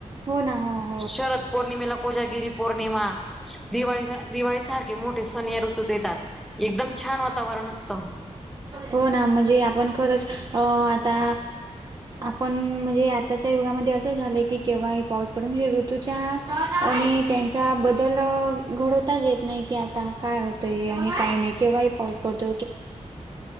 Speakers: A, on the right; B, in the centre.
A: हो ना! हो!
B: शरद पौर्णिमेला कोजागिरी पौर्णिमा दिवाळीला
A: हो
B: दिवाळी सारख मोठे सन्या ऋतूत येतात एकदम छान वातावरण असतं.
A: हो ना म्हणजे, आपण खरंच अ आता आपण म्हणजे आताच्या युगामध्ये असं झालंय की केव्हा हे पाऊस पडुन ही ऋतूच्या आणि त्यांचा बदल घडवताच येत नाही, की आता काय होतंय आणि काही नाही केव्हाही पाऊच फट <inaudible>